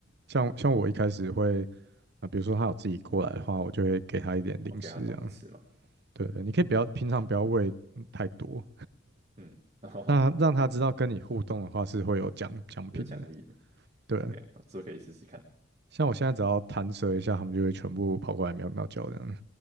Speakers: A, on the right; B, on the right.
A: 像像我一开始会啊、比如说它有自己过来的话，我就会给它一点零食这样。
B: 然后给他东西吃嘛，
A: 对对，你可以不要平常不要喂嗯太多，
B: 嗯，然后
A: 那让他知道跟你互动的话是会有奖奖品的，
B: <laughs> 有奖励的，
A: 对。
B: 对啊，之后可以试试看。
A: 像我现在只要弹舌一下，他们就会全部跑过来喵喵叫这样，